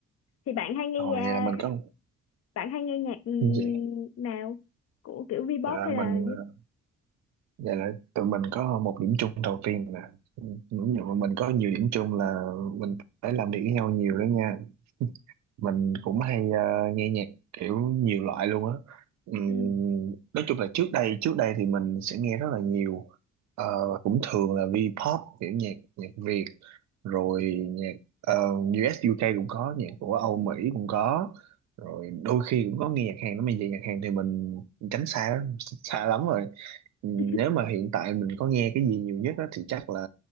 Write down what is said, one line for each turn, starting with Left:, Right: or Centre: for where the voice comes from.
Left: Thì bạn hay nghe
Right: Rồi
Left: à,
Right: vậy là mình có
Left: bạn hay nghe nhạc ừm,
Right: gì?
Left: nào? Của kiểu V-pop
Right: Vậy là
Left: hay là
Right: mình ờ, Vậy là tụi mình có một điểm chung đầu tiên nè. Đúng rồi, bọn mình có nhiều điểm chung là mình phải làm việc với nhau nhiều đó nha mình cũng hay ờ, nghe nhạc kiểu nhiều loại luôn á Ừm,
Left: ừ.
Right: nói chung là trước đây trước đây thì mình sẽ nghe rất là nhiều Ờ, và cũng thường là V-pop kiểu nhạc nhạc Việt rồi nhạc uh, US UK cũng có nhạc của Âu Mỹ cũng có rồi đôi khi cũng có nghe nhạc Hàn nó bây giờ nhạc Hàn thì mình tránh xa xa lắm rồi Ừm,
Left: <laughs>
Right: nếu mà hiện tại mình có nghe cái gì nhiều nhất á thì chắc là